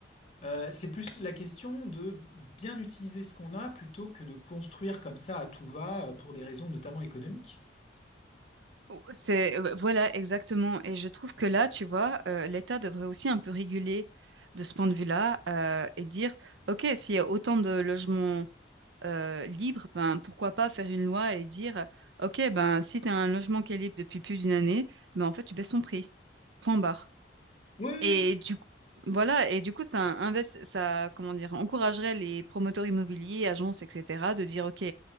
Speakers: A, on the left; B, on the right.
A: euh, c'est plus la question de bien utiliser ce qu'on a plutôt que de construire comme ça à tout va euh, pour des raisons notamment économiques.
B: oh, c'est euh, voilà exactement. Et je trouve que là, tu vois, euh, l'État devrait aussi un peu réguler de ce point de vue-là euh, et dire, OK, s'il y a autant de logements euh, libre, ben pourquoi pas faire une loi et dire, OK, ben si tu as un logement qui est libre depuis plus d'une année, ben en fait tu baisses son prix. Point barre.
A: Oui,
B: Et
A: oui.
B: du coup, voilà, et du coup ça invest, ça comment dire, encouragerait les promoteurs immobiliers, agences, etc. de dire OK,